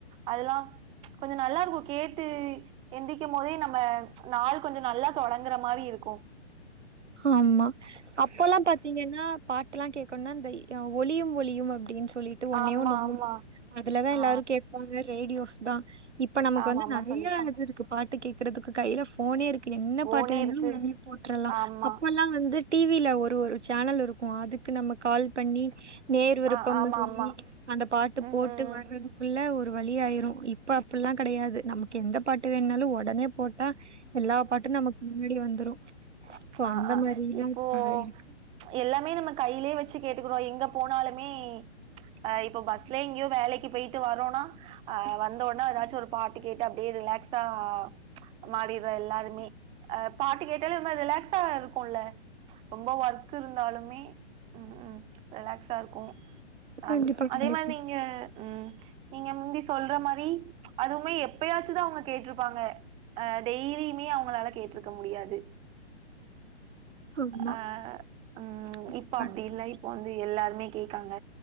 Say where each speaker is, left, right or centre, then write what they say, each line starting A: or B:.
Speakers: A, on the right; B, on the right.
A: அதுலா ப்ச் கொஞ்சோ நல்லாருகும் கேட்டு எந்திக்கும் போதே நம். ம்ம ப்ச் நாள் கொஞ்சோ நல்லா தொடங் ங்கற மாறி இருக்கும்.
B: ஆம்மா. அப்போல்லா பாத்தீங்கனா. பாட்டுலா கேக்குன்னா இந்த இய் ஒலியும் ஒலியும் அப்டின்னு. சொல்லிட்டு ஒன்னே
A: ஆமா
B: ஒன்னு
A: ஆமா
B: ஓடும் அதுலதான் எல்லாரு
A: ஆ
B: கேட்பாங்க ரேடியோ. தா இப்ப
A: செ
B: நமக்கு
A: ஆமா
B: வந்து
A: ஆமா
B: நெறையா
A: சொல்லிருக்காங்க
B: இது இருக்கு பாட்டு கேக் கிறதுக்கு கையில போனே இருக் என்ன
A: போனே
B: பாட்டு வேணுனாலு
A: இருக்கு
B: உடனே போட்டுரலா
A: ஆமா
B: அப்போல்லா வந்து டிவியில ஒரு ஒரு சேனல் இருக்கும் அதுக்கு நம்ம கால் பண்ணி நேயர் விருப்பம்னு
A: ஆ ஆமா
B: சொல்லி
A: ஆமா
B: அந்த பாட்டு
A: ம்
B: போட்டு
A: ம் ம்
B: வர்றதுக்குள்ள ஒரு ஒரு வழி ஆயிரு இப்ப அப்டில்லா கிடையாது நமக்கு எந்த பாட்டு வேணுனாலு உடனே போட்டா எல்லா பாட்டு நமக்கு முன்னாடி வந்துரு சோ
A: ச்சு ஆஹ்
B: அந்த
A: அஹ்
B: மாரிலா
A: இப்போ
B: இப்ப இருக்கு
A: ச்சு எல்லாமே நம்ம கையிலேயே வச்சு கேட்டுக்கிறோ எங்க போனாலுமே ச்சு ஆ இப்ப பஸ்லே எங்கயோ வேலைக்கு போயிட்டு வரோனா அஹ் வந்தவுடனே ஏதாச்சு ஒரு பாட்டு கேட்டு அப்படியே ரிலாக்ஸா ச்சு மாறிடுற எல்லாருமே அஹ் பாட்டு கேட்டாலு ம்ம ரிலாகக்ஸ் சா இருக்குல ச்சு ரொம்ப ஒர்க் இருந்தாலுமே ம் ம் ரிலாக்ஸா இருக்கு அஹ
B: கண்டிப்பா
A: ச்சு அதே
B: கண்டிப்பா
A: மாறி நீங்க உம் நீங்க முந்தி சொல்ற மாறி ச்சு அதுவுமே எப்பயாச்சுதா அவங்க கேட்ருப்பாங்க அஹ் டெய்லியுமே அவங்களால கேட்ருக்க முடியாது
B: ஆமா
A: ஆ ஆஹ் உம்
B: கண்டிப்பா
A: இப்போ அப்டி
B: அதே
A: இல்ல
B: மாரி
A: இப்போ வந்து எல்லாருமே கேக்காங்க